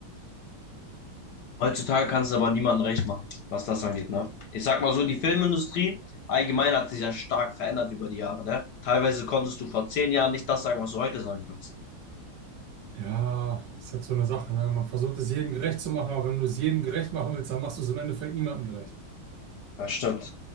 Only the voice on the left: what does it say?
Heutzutage kannst du aber niemandem recht machen, was das angeht, ne? Ich sag mal so, die Filmindustrie allgemein hat sich ja stark verändert über die Jahre, ne? Teilweise konntest du vor zehn Jahren nicht das sagen, was du heute sagen kannst.
Das stimmt.